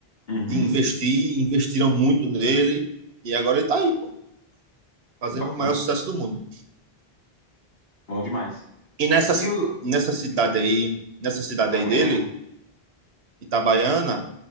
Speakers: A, on the left (about 70°); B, on the right (about 80°).
A: Uhum.
B: de investir, investiram muito nele. E agora ele tá aí, pô, fazendo
A: Bacana.
B: o maior sucesso do mundo.
A: Bom demais.
B: E nessa,
A: E
B: ci-
A: o
B: nessa cidade aí, nessa cidade
A: Itabaiana?
B: aí dele, Itabaiana,